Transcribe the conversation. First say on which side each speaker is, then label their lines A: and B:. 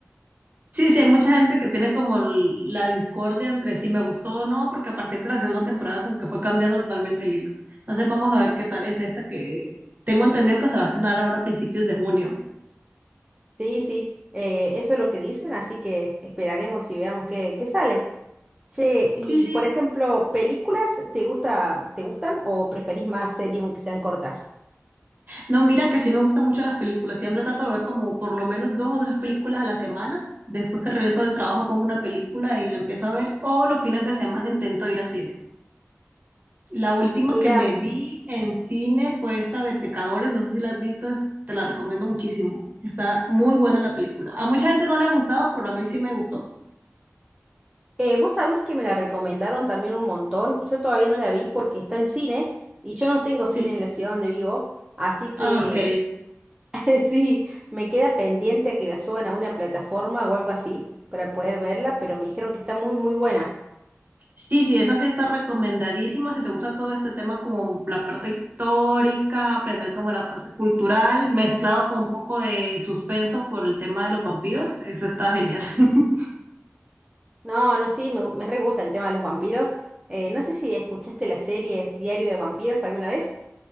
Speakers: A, on the right (about 40°); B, on the right (about 15°).
A: Sí, sí, hay mucha gente que tiene como la discordia entre si me gustó o no, porque a partir de la segunda temporada como que fue cambiando totalmente el hilo. Entonces vamos a ver qué tal es esta que tengo entendido que se va a estrenar ahora a principios de junio.
B: sí, sí, eh, eso es lo que dicen, así que esperaremos y veamos qué, qué sale. Che, y
A: Sí, sí.
B: por ejemplo, ¿películas te gusta, te gustan o preferís más series aunque sean cortas?
A: No, mira que sí me gustan mucho las películas. Siempre trato de ver como por lo menos dos o tres películas a la semana. Después que regreso del trabajo pongo una película y la empiezo a ver. O los fines de semana intento ir a cine. La última
B: Mira.
A: que me vi en cine fue esta de Pecadores, no sé si la has visto, es- te la recomiendo muchísimo. Está muy buena la película. A mucha gente no le ha gustado, pero a mí sí me gustó.
B: Eh, vos sabés que me la recomendaron también un montón. Yo todavía no la vi porque está en cines y yo no tengo cine
A: Sí.
B: en la ciudad donde vivo. Así que
A: Ah, Ok.
B: <laughs> sí, me queda pendiente a que la suban a una plataforma o algo así para poder verla, pero me dijeron que está muy, muy buena.
A: Sí, sí, esa sí está recomendadísima. Si te gusta todo este tema, como la parte histórica, aprender como la parte cultural, mezclado con un poco de suspenso por el tema de los vampiros, eso está genial. <laughs>
B: No, no, sí, me, gu- me re gusta el tema de los vampiros. Eh, no sé si escuchaste la serie Diario de Vampiros alguna vez.